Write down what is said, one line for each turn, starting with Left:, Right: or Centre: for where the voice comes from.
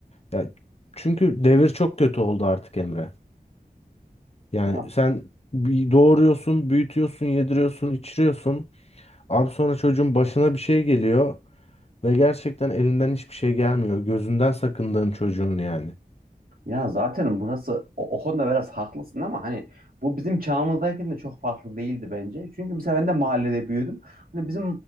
Left: Ya çünkü devir çok kötü oldu artık Emre. Yani
Right: Ya
Left: sen bir doğuruyorsun, büyütüyorsun, yediriyorsun, içiriyorsun. Abi sonra çocuğun başına bir şey geliyor ve gerçekten elinden hiçbir şey gelmiyor. Gözünden sakındığın çocuğun yani.
Right: Ya zaten burası o, o konuda biraz haklısın ama hani bu bizim çağımızdayken de çok farklı değildi bence. Çünkü mesela ben de mahallede büyüdüm. Hani bizim